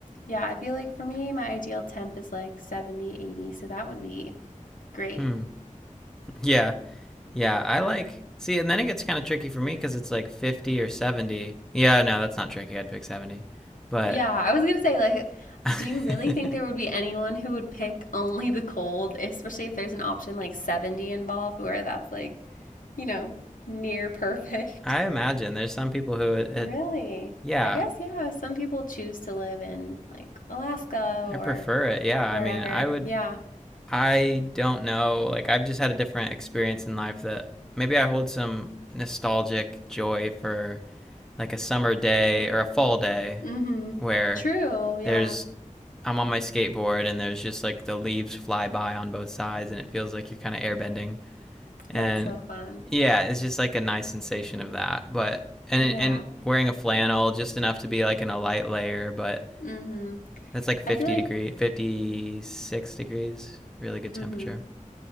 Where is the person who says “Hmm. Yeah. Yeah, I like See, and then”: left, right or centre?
Centre